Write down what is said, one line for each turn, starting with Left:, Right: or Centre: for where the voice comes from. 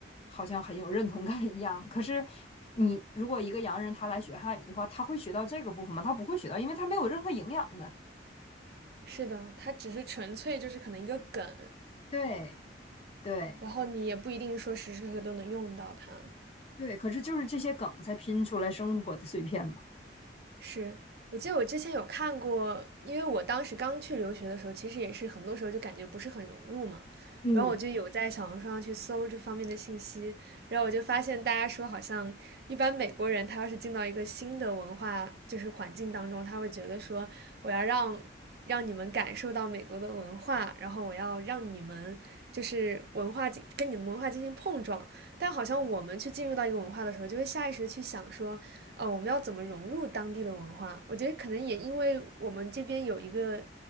Left: 好像很有认同感一样。可是你如果一个洋人他来学汉语的话，他会学到这个部分吗？他不会学到，因为他没有任何营养的。
Right: 是的，他只是纯粹就是可能一个梗，
Left: 对对
Right: 然后你也不一定说时时刻刻都能用到它。
Left: 对，可是就是这些梗才拼出来生活的碎片嘛。
Right: 是，我记得我之前有看过，因为我当时刚去留学的时候，其实也是很多时候就感觉不是很融入嘛。
Left: 嗯
Right: 然后我就有在小红书上去搜这方面的信息，然后我就发现大家说，好像一般美国人他要是进到一个新的文化就是环境当中，他会觉得说，我要让让你们感受到美国的文化，然后我要让你们就是文化进跟你们文化进行碰撞。但好像我们去进入到一个文化的时候，就会下意识的去想说，呃，我们要怎么融入当地的文化？我觉得可能也因为我们这边有一个，